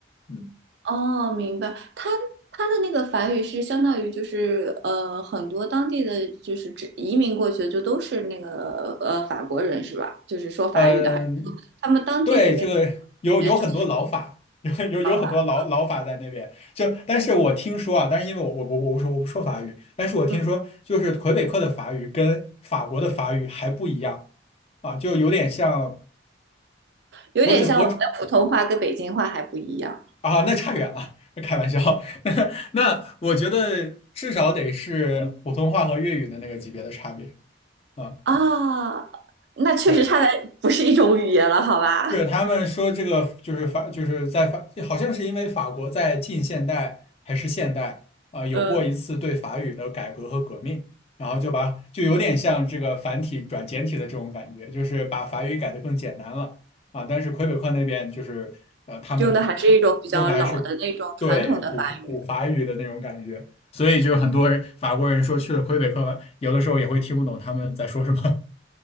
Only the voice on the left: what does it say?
嗯，
嗯，
对，这个有有很多老法，
<laughs> 有有有很多老老法在那边。
就但是我听说啊，但是因为我我我我不说我不说法语，但是我听说就是魁北克的法语跟法国的法语还不一样
啊，就有点像
我只我只啊，那差远了，<laughs> 开玩笑。<laughs> 那那我觉得至少得是普通话和粤语的那个级别的差别啊，
对。
是他们说这个就是法，就是在法，好像是因为法国在近现代还是现代啊、呃有过一次对法语的改革和革命，
然后就把就有点像这个繁体转简体的这种感觉，就是把法语改得更简单了啊。但是魁北克那边就是呃，他们还用的还是对古古法语的那种感觉，
所以就是很多人法国人说去了魁北克，有的时候也会听不懂他们在说什么。